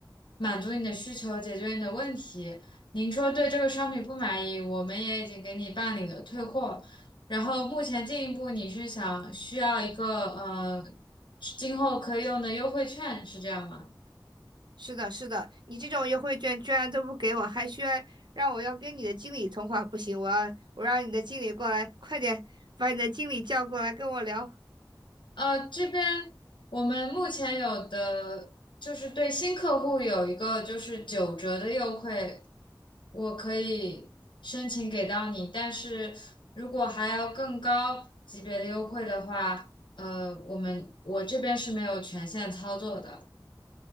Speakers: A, on the left (about 75°); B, on the right (about 70°).
A: 满足你的需求，解决你的问题。您说对这个商品不满意，我们也已经给你办理了退货。然后目前进一步你是想需要一个呃今后可以用的优惠券，是这样吗？
B: 是的，是的，你这种优惠券居然都不给我，还需要让我要跟你的经理通话，不行，我要我让你的经理过来，快点把你的经理叫过来跟我聊。
A: 呃，这边我们目前有的就是对新客户有一个就是九折的优惠，我可以申请给到你，但是如果还要更高级别的优惠的话，呃，我们我这边是没有权限操作的。